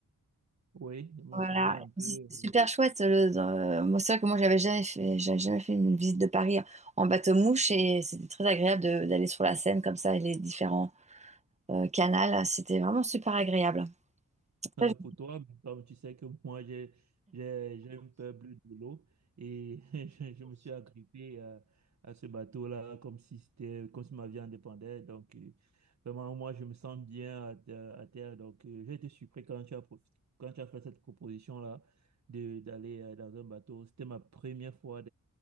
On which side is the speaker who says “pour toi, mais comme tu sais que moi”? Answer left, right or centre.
Right